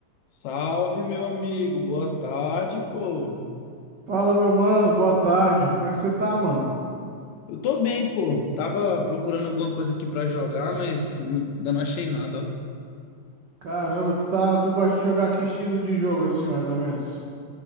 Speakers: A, on the left (about 75°); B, on the right (about 75°).
A: Salve, meu amigo. Boa tarde, pô.
B: Fala, meu mano, boa tarde. Como é que você tá, mano?
A: Eu tô bem, pô. Tava procurando alguma coisa aqui pra jogar, mas ainda não achei nada, ó.
B: Caramba, tu tá, tu gosta de jogar que estilo de jogo assim, mais ou menos?